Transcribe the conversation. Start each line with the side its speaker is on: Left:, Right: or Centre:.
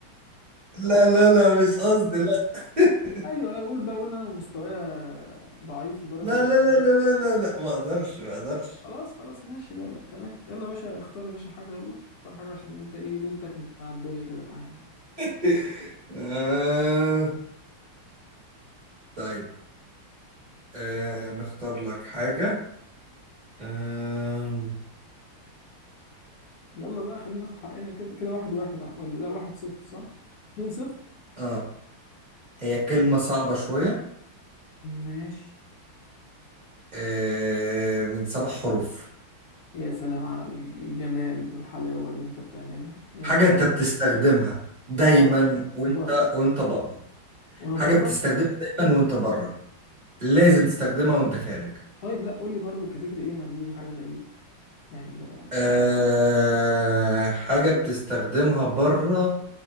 Right: لا لا لا مش قصدي لا <laughs>
Left: ايوه ايوه قول بقى قول ان انا مستوايا ضعيف لدرجه
Right: لا
Left: إن-
Right: لا لا لا لا لا لا ما اقدرش ما اقدرش
Left: خلاص خلاص ماشي لا لا تمام يلا يا باشا اختار يا باشا حاجه يلا اختار حاجه عشان انت ايه ليلتك مش معديه كده معايا
Right: <laughs> آه. طيب آه نختار لك حاجة آه,
Left: يلا بقى خلينا ناخد حقنا كده كده واحد واحد ع- ولا لا واحد صفر صح اتنين صفر
Right: آه هي كلمة صعبة شوية
Left: ماشي
Right: آه من سبع حروف
Left: يا سلام على ال- الجمال والحلاوة اللي انت بتعملها ماشي
Right: حاجة أنت بتستخدمها دايما
Left: برضو
Right: وأنت
Left: برضو
Right: وأنت بره
Left: وانا
Right: حاجة
Left: بره
Right: بتستخدمها دايما وأنت بره لازم تستخدمها وأنت خارج
Left: طيب لا قول لي برضو الكاتيجوري ايه ما دي حاجة غريبة يعني ده
Right: آه حاجة بتستخدمها بره